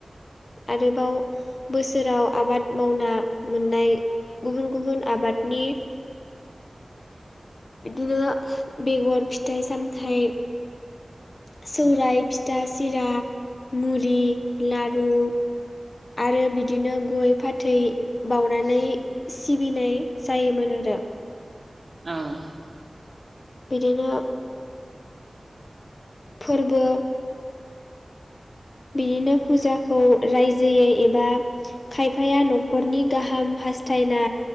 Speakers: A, on the left; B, on the right.
A: आरोबाव बोसोराव आबाद मावना मोननाय गुबुन गुबुन आबादनि बिदिनो बेगर फिथाइ सामथाइ सौराय
B: औ
A: फिथा सिरा मुरि लारु आरो बिदिनो गय फाथै बावनानै सिबिनाय जायोमोन आरो
B: औ औ
A: बिदिनो फोरबो बिदिनो फुजाखौ रायजोयै एबा खायफाया न'खरनि गाहाम हास्थायना